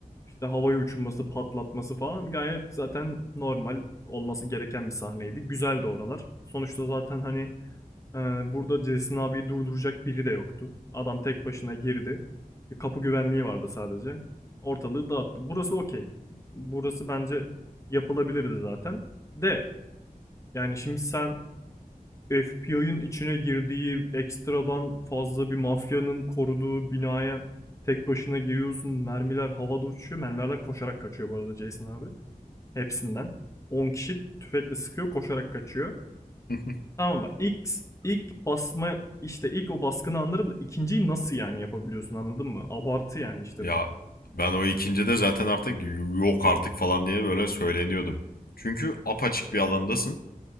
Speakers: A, on the left; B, on the left.
A: işte havaya uçurması, patlatması falan gayet zaten normal olması gereken bir sahneydi. Güzeldi oralar. Sonuçta zaten hani e, burada Jason abiyi durduracak biri de yoktu. Adam tek başına girdi. Bir kapı güvenliği vardı sadece. Ortalığı dağıttı. Burası okey. Burası bence yapılabilirdi zaten. De yani şimdi sen FBI'ın içine girdiği ekstradan fazla bir mafyanın koruduğu binaya tek başına giriyorsun. Mermiler havada uçuyor. Mermilerden koşarak kaçıyor bu arada Jason abi. Hepsinden. 10 kişi tüfekle sıkıyor koşarak kaçıyor.
B: <laughs>
A: Tamam bak ilk, ilk basma işte ilk o baskını anlarım da ikinciyi nasıl yani yapabiliyorsun anladın mı? Abartı yani işte
B: Ya
A: bu.
B: ben o ikincide zaten artık yok artık falan diye böyle söyleniyordum. Çünkü apaçık bir alandasın.